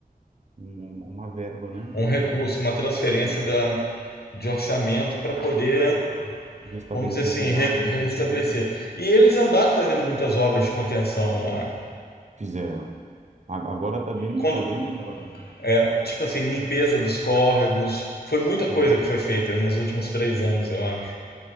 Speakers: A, on the right (about 45°); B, on the left (about 80°).
A: um- uma verba, né, do,
B: Um recurso,
A: do
B: uma transferência
A: é,
B: da, de orçamento para poder
A: de restabelecer
B: vamos dizer assim,
A: a cidade,
B: re restabelecer.
A: porque
B: E eles andaram fazendo muitas obras de contenção lá.
A: fizeram. A- Agora tá bem,
B: Quando,
A: tá bem melhor.
B: é, tipo assim, limpeza dos córregos, foi muita coisa
A: Foi,
B: que foi feita nos últimos três anos, eu acho.